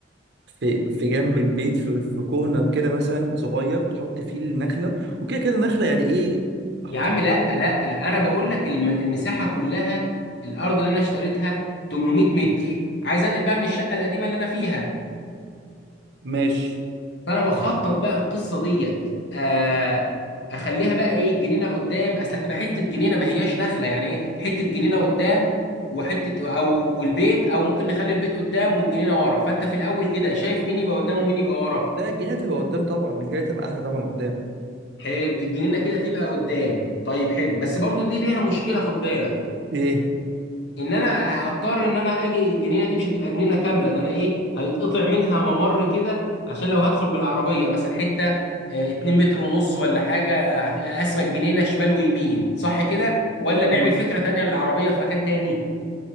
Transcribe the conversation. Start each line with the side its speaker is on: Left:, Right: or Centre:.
Right: في في جنب البيت في في كورنر كده مثلا صغير تحط فيه النخله وكده كده النخله يعني ايه هتطول
Left: يا عم لا لا انا بقول لك الم- المساحة كلها الارض اللي انا اشتريتها 800 متر عايز انقل بقى من الشقة القديمة اللي انا فيها
Right: ماشي
Left: فانا بخطط بقى القصه ديت آه، اخليها بقى ايه جنينه قدام اصل هتبقى حته جنينه ما هياش نخله يعني ايه حته جنينه قدام وحته او البيت او ممكن نخلي البيت قدام والجنينه ورا فانت في الاول كده شايف مين يبقى قدام ومين يبقى ورا
Right: لا الجنينه تبقى قدام طبعا الجنينه تبقى احلى طبعا قدام
Left: حلو الجنينه كده تبقى قدام طيب حلو بس برضو دي ليها مشكله خد بالك
Right: ايه
Left: ان انا هضطر ان انا اجي الجنينه دي مش هتبقى جنينه كامله ده انا ايه هيتقطع منها ممر كده عشان لو هدخل بالعربيه مثلا حته آه، 2 متر ونص ولا حاجه هتبقى قاسمه الجنينه شمال ويمين صح كده ولا
Right: لما
Left: نعمل فكره تانية للعربيه في مكان تاني